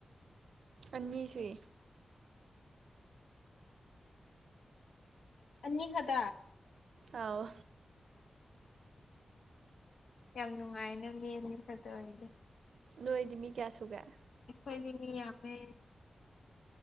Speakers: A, on the right; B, on the left.
A: ꯑꯃꯤꯁꯨ
B: ꯑꯅꯤꯍꯗ
A: ꯑꯑꯣ
B: ꯌꯥꯝ ꯅꯨꯡꯉꯥꯏ ꯅ ꯃꯤꯗꯤ ꯐꯗ ꯑꯣꯏꯗꯤꯦ
A: ꯅꯣꯏꯗꯤ ꯃꯤ ꯀꯌꯥꯁꯨꯨꯒꯥꯏ
B: ꯑꯩꯈꯣꯏꯗꯤꯃꯤ ꯌꯥꯃꯦ